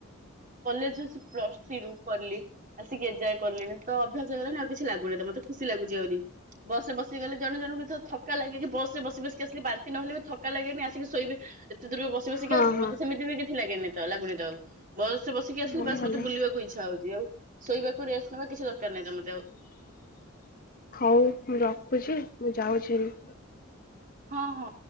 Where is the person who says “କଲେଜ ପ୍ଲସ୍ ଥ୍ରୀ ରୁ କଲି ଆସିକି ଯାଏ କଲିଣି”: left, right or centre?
Right